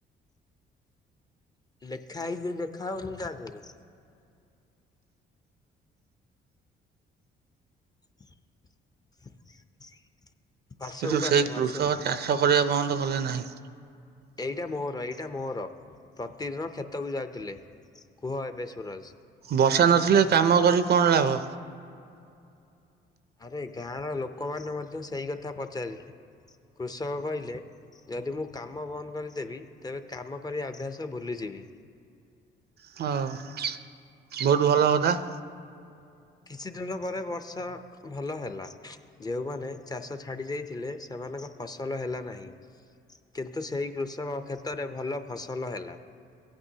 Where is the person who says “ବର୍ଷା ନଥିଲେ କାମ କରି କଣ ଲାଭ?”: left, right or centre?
Right